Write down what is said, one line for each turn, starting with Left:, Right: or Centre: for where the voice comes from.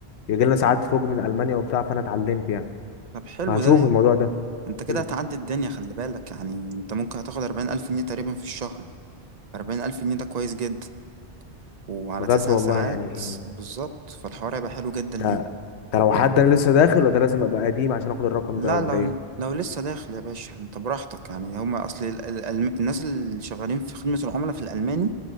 Left: بيجي لنا ساعات فوق من المانيا وبتاع فانا اتعلمت يعني
Right: طب حلو
Left: فهشوف
Right: ده يعني
Left: الموضوع ده
Right: انت كده
Left: حلو
Right: هتعدي الدنيا خلي بالك يعني انت ممكن هتاخد 40 الف جنيه تقريبا في الشهر 40 ألف جنيه ده كويس جدا وعلى
Left: بجد
Right: تسع
Left: والله
Right: ساعات
Left: يعني
Right: بالظبط فالحوار هيبقى حلو جدا ليه
Left: ده ده لو حد انا لسه داخل ولا ده لازم ابقى قديم عشان اخد الرقم
Right: لا
Left: ده ولا
Right: لو
Left: ايه
Right: لو لسه داخل يا باشا انت براحتك يعني هما اصل ال- ال- الم- الناس اللي شغالين في خدمة العملاء في الألماني